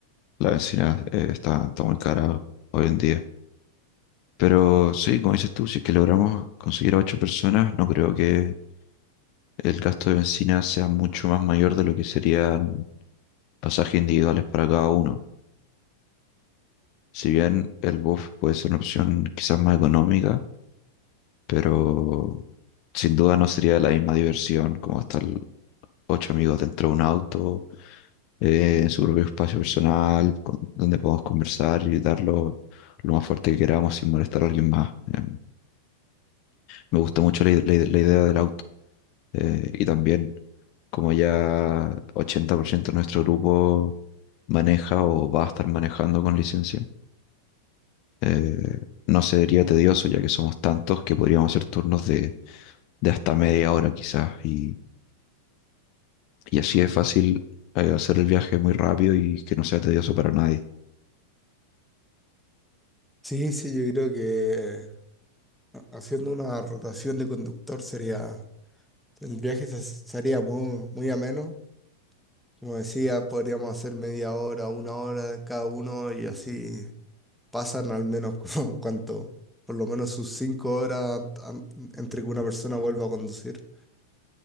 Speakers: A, on the left; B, in the centre.
A: La benzina eh, está, está muy cara hoy en día. Pero sí, como dices tú, si es que logramos conseguir a ocho personas, no creo que el gasto de benzina sea mucho más mayor de lo que sería pasajes individuales para cada uno. Si bien el bus puede ser una opción quizás más económica, pero sin duda no sería la misma diversión como estar ocho amigos dentro de un auto, eh, en su propio espacio personal, con- donde podamos conversar y dar lo, lo más fuerte que queramos sin molestar a alguien más. Eh, me gusta mucho la, ide- la ide- la idea del auto. Eh, y también como ya 80% de nuestro grupo maneja o va a estar manejando con licencia. Eh, no sería tedioso ya que somos tantos que podríamos hacer turnos de, de hasta media hora quizás y, y así es fácil eh, hacer el viaje muy rápido y que no sea tedioso para nadie.
B: Sí, sí, yo creo que eh, haciendo una rotación de conductor sería, el viaje se- sería muy, muy ameno. Como decía, podríamos hacer media hora, una hora de cada uno y así pasan al menos <laughs> como cuánto, por lo menos sus cinco horas an- entre que una persona vuelva a conducir.